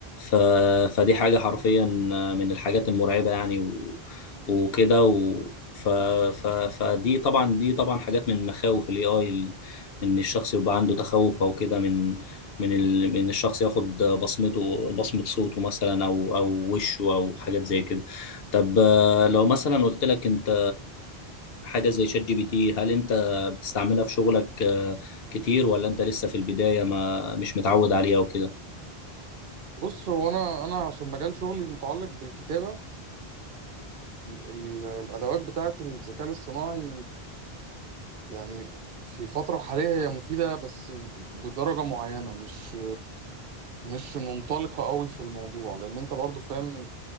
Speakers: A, on the left; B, on the right.
A: ف فدي حاجه حرفيا من الحاجات المرعبه يعني و... وكده و... ف... ف... فدي طبعا دي طبعا حاجات من مخاوف الاي اي ان الشخص يبقى عنده تخوف او كده من من ال... من الشخص ياخد بصمته بصمة صوته مثلا او او وشه او حاجات زي كده طب آه، لو مثلا قلت لك انت حاجة زي شات جي بي تي هل انت بتستعملها في شغلك آه، كتير ولا انت لسه في البداية ما مش متعود عليها وكده
B: بص هو انا انا عشان مجال شغلي متعلق بالكتابة فالادوات بتاعت الذكاء الاصطناعي يعني في الفترة الحالية هي مفيدة بس بدرجة معينة مش مش منطلقة قوي في الموضوع لأن أنت برضو فاهم